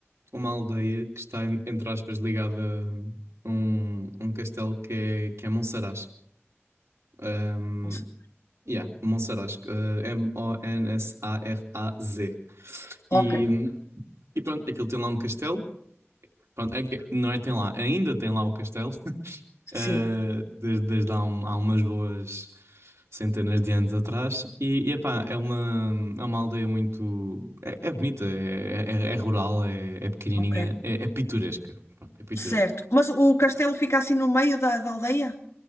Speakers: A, on the right (about 70°); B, on the left (about 70°).
A: uma aldeia que está, en- entre aspas, ligada a um, um castelo que é, que é Monsaraz. Um,
B: Não sei.
A: yeah, Monsaraz. eh, M-O-N-S-A-R-A-Z.
B: Ok,
A: E, hum, e pronto, aquilo tem lá um castelo. Pronto, é que- não é tem lá, ainda tem lá o castelo. <laughs> eh,
B: sim,
A: desde, desde há, um- há umas boas centenas de anos atrás. E, e epá, é uma, é uma aldeia muito. É, é bonita, é, é- é rural, é, é pequenininha,
B: ok.
A: é, é pitoresca. Pronto, é pitoresca.
B: Certo. Mas o castelo fica assim no meio da, da aldeia?